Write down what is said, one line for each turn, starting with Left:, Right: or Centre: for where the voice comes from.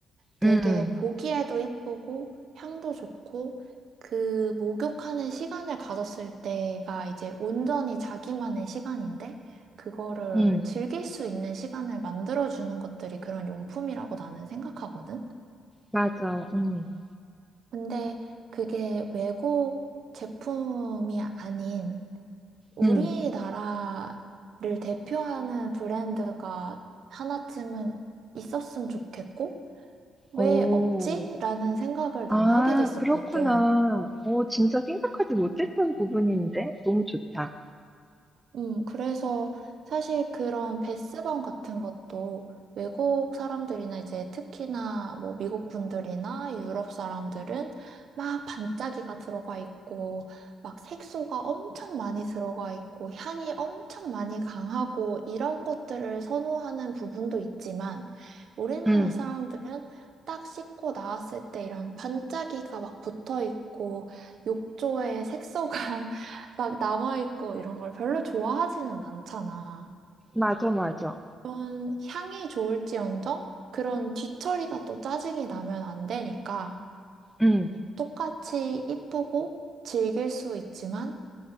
Right: 되게
Centre: 음. 음.
Right: 보기에도 이쁘고 향도 좋고 그 목욕하는 시간을 가졌을 때가 이제 온전히 자기만의 시간인데 그거를
Centre: 음, 음,
Right: 즐길 수 있는 시간을 만들어주는 것들이 그런 용품이라고 나는 생각하거든.
Centre: 맞아. 음.
Right: 근데 그게 외국 제품이 아닌 우리나라를
Centre: 음.
Right: 대표하는 브랜드가 하나쯤은 있었으면 좋겠고 왜
Centre: 오
Right: 없지? 라는 생각을
Centre: 아
Right: 난 하게 됐었거든.
Centre: 그렇구나. 어 진짜 생각하지 못했던 부분인데. 너무 좋다.
Right: 음, 그래서 사실 그런 베스방 같은 것도 외국 사람들이나 이제 특히나 뭐 미국 분들이나 유럽 사람들은 막 반짝이가 들어가 있고 막 색소가 엄청 많이 들어가 있고 향이 엄청 많이 강하고 이런 것들을 선호하는 부분도 있지만 우리나라
Centre: 음.
Right: 사람들은 딱 씻고 나왔을 때 이런 반짝이가 막 붙어 있고 욕조에 <laughs> 색소가 막 남아있고 이런 걸 별로 좋아하지는 않잖아.
Centre: 맞아, 맞아.
Right: 그런 향이 좋을지언정 그런 뒤처리가 또 짜증이 나면 안 되니까
Centre: 음.
Right: 똑같이 이쁘고 즐길 수 있지만